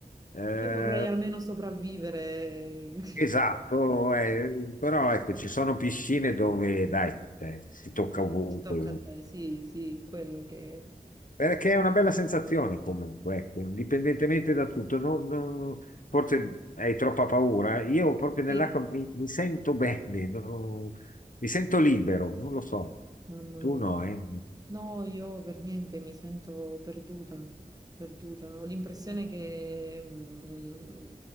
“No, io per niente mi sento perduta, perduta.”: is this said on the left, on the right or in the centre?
Right